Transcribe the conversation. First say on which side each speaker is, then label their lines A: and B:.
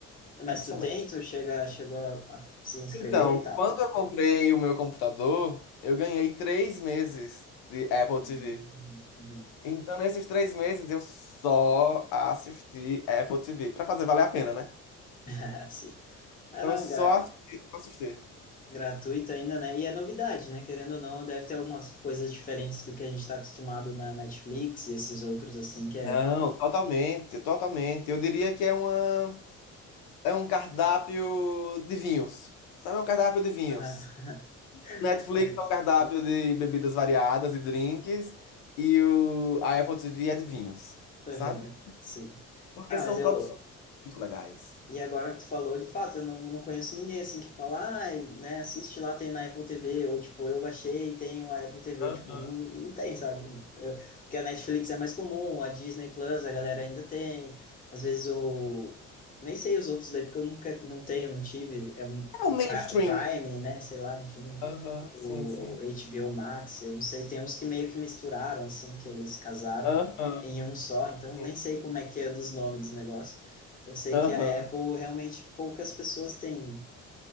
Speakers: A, on the left; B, on the left.
A: Mas
B: Excelentes.
A: tu tem? Tu chega, chegou a, a se inscrever
B: Então,
A: e tal?
B: quando eu comprei o meu computador, eu ganhei três meses de Apple
A: Hum,
B: TV.
A: hum.
B: Então, nesses três meses, eu só assisti Apple TV. Pra fazer valer a pena, né?
A: <laughs> Ah, Sim. Ah,
B: Então,
A: não,
B: eu só
A: gra-
B: assisti, só assisti.
A: gratuito ainda, né? E é novidade, né? Querendo ou não, deve ter algumas coisas diferentes do que a gente está acostumado na Netflix e esses outros, assim, que é...
B: Não, totalmente, totalmente. Eu diria que é uma, é um cardápio de vinhos. Sabe, é um cardápio de vinhos.
A: Ah, <laughs>
B: Netflix
A: mas-
B: é um cardápio de bebidas variadas e drinks. E o, a Apple TV é de vinhos,
A: Aham,
B: sabe?
A: sim.
B: Porque
A: Ah,
B: são
A: mas eu,
B: produções muito legais.
A: E agora que tu falou, de fato, eu não, não conheço ninguém assim que fala, ah, né, assiste lá, tem na Apple TV, ou tipo, eu baixei, tenho a Apple TV,
B: Aham.
A: tipo, não, não tem, sabe? Eh, Porque a Netflix é mais comum, a Disney Plus a galera ainda tem, às vezes o. Nem sei os outros daí, porque eu nunca, não tenho, não tive, é um
B: É o mainstream.
A: Pri- o Prime, né, sei lá, enfim,
B: Aham,
A: o
B: sim, sim.
A: HBO Max, eu não sei, tem uns que meio que misturaram, assim, que eles casaram
B: Aham,
A: em um só, então eu
B: sim.
A: nem sei como é que é dos nomes dos negócios. Eu sei
B: Aham.
A: que a Apple realmente poucas pessoas têm, né?